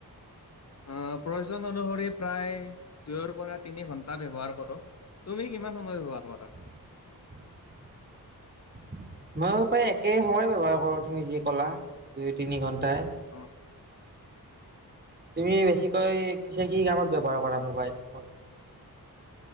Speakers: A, on the left; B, on the right.
A: আহ প্ৰয়োজন অনুসৰি প্ৰায় দুয়ৰ পৰা তিনি ঘন্টা ব্য্য়ৱহাৰ কৰো। তুমি কিমান সময়ত ব্যৱহাৰ কৰা?
B: <inaudible> ময়ো প্ৰায় একে সময় ব্যৱহাৰ কৰো তুমি যি কলা, দুই তিনি ঘণ্টা তাই?
A: অহ
B: তুমি বেছিকৈ কছে কি কামত ব্যৱহাৰ কৰা মোবাইল ফোন?